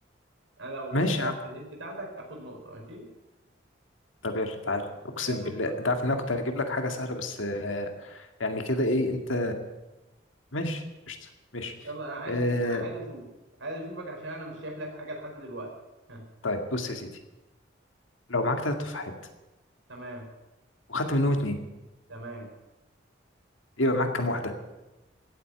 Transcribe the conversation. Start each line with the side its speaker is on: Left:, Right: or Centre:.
Right: انا لو
Left: ماشي
Right: لو
Left: يا عم
Right: حليت بتاعتك اخد نقطة ماشي
Left: طب يلا تعالى اقسم
Right: يلا
Left: بالله
Right: دورك دلوقتي
Left: انت عارف ان انا كنت هجيب لك حاجه سهله بس آه يعني كده ايه انت ماشي قشطه ماشي
Right: يلا انا عايزك
Left: آه
Right: انا عايز اشوف عايز اشوفك عشان انا مش شايف لك حاجة لحد دلوقتي ها.
Left: طيب بص يا سيدي لو معاك ثلاث تفاحات
Right: تمام
Left: وخدت منهم اتنين
Right: تمام
Left: يبقى معاك كام واحده